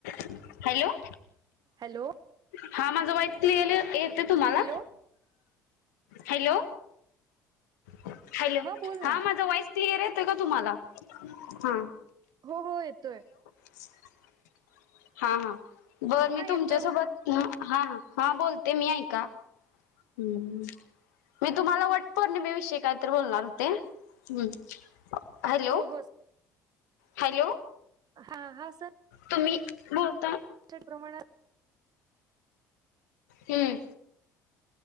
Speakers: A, on the left; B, on the right.
A: <unintelligible> Hello.
B: Hello.
A: हा माझं voice clear ये ये येतो तुम्हाला?
B: Hello
A: hello. ह. हॅलो
B: बोल
A: हा
B: ना
A: माझा वॉईस क्लिअर येतोय का तुम्हाला? हा.
B: हो हो येतोय.
A: <unintelligible> हा हा. बरं मी
B: हा
A: तुमच्यासोबत
B: येतोय
A: हम्म हा हा बोलते मी ऐका हम् मी तुम्हाला वट पौर्णिमेविषयी काहीतरी बोलणार होते ह हॅलो
B: हो हो
A: हॅलो
B: हा हा सण
A: तुम्ही बोलता
B: प्रमाणात
A: हम्म